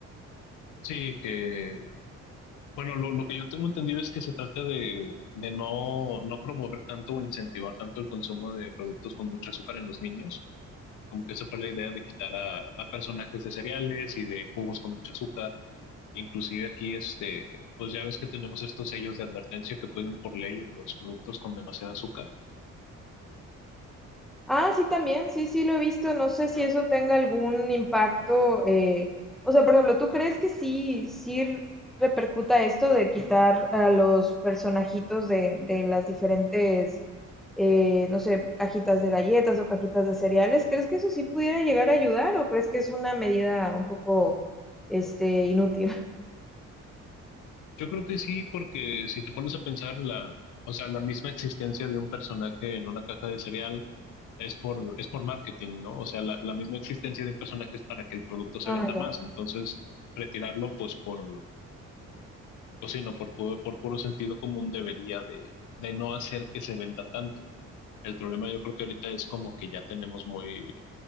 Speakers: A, on the left; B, in the centre.
A: Sí, que, bueno, lo, lo que yo tengo entendido es que se trata de, de no, no promover tanto o incentivar tanto el consumo de productos con mucho azúcar en los niños, como que esa fue la idea de quitar a, a personajes de cereales y de jugos con mucho azúcar. Inclusive aquí, este, pues ya ves que tenemos estos sellos de advertencia que ponen por ley en los productos con demasiado azúcar.
B: Ah, sí, también, sí, sí lo he visto. No sé si eso tenga algún impacto. eh, o sea, por ejemplo, ¿tú crees que sí, sí repercuta esto de quitar a los personajitos de, de las diferentes, eh, no sé, cajitas de galletas o cajitas de cereales? ¿Crees que eso sí pudiera llegar a ayudar o crees que es una medida un poco, este, inútil? <laughs>
A: Yo creo que sí, porque si te pones a pensar la, o sea, la misma existencia de un personaje en una caja de cereal, es por, es por marketing, ¿no? O sea, la, la misma existencia de un personaje es para que el producto se
B: Ah,
A: venda
B: ya.
A: más. Entonces, retirarlo, pues por, pues sí, no, por, pu- por puro sentido común debería de, de no hacer que se venda tanto. El problema yo creo que ahorita es como que ya tenemos muy,